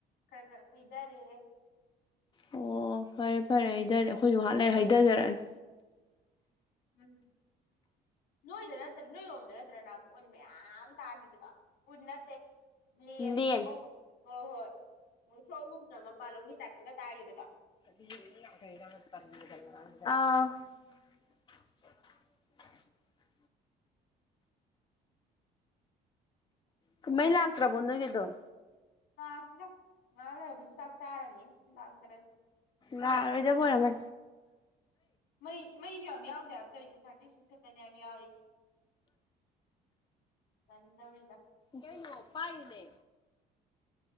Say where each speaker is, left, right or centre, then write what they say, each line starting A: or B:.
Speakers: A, on the left; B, on the left.
A: ꯈꯔ ꯈꯔ ꯑꯁꯣꯏꯕ ꯂꯩꯔꯦ
B: ꯑꯣ ꯐꯔꯦ ꯐꯔꯦ ꯍꯩꯗꯔꯦ ꯑꯩꯈꯣꯏꯁꯨ ꯉꯍꯥꯛ ꯂꯩꯔ ꯍꯩꯗꯖꯔꯛꯑꯅꯤ
A: ꯎꯝ ꯅꯣꯏꯗ ꯅꯠꯇ꯭ꯔ ꯅꯣꯏꯔꯣꯝꯗ ꯅꯠꯇ꯭ꯔ ꯅꯍꯥꯅꯨꯛ ꯎꯟ ꯃꯌꯥꯝ ꯇꯥꯒꯤꯕꯗꯣ ꯎꯟ ꯅꯠꯇꯦ ꯦꯟ
B: ꯂꯦꯟ
A: ꯑꯉꯧꯕ ꯍꯣꯏ ꯍꯣꯏ ꯉꯨꯊ꯭ꯔ ꯑꯍꯨꯝꯅ ꯎꯄꯥꯜꯂꯧꯒꯤ ꯇꯥꯏꯞꯇꯒ ꯇꯥꯈꯤꯕꯗꯣ
B: ꯑ ꯀꯍꯩ ꯂꯥꯛꯇ꯭ꯔꯕꯣ ꯅꯣꯏꯒꯤ ꯑꯗꯨꯝ
A: ꯂꯇ꯭ꯔ ꯅꯅꯥꯦ ꯑꯣꯏꯕꯗꯤ ꯁꯥꯀ ꯆꯔꯅꯤ ꯏ ꯂꯥꯛ ꯇꯔ
B: ꯔꯣꯏꯗꯕꯔꯃ
A: ꯃꯩ ꯃꯩꯁꯨ ꯌꯥꯝ ꯌꯥꯎꯗꯦ ꯍꯥꯏꯕ ꯇꯧꯔꯤꯁꯦ ꯊꯥꯔꯇꯤ ꯁꯤꯛꯁ ꯈꯛꯇꯅꯦ ꯍꯥꯏꯕ ꯌꯥꯎꯔꯤꯁ ꯇꯟꯗꯧꯔꯤꯗ
B: ꯀꯄꯅꯦ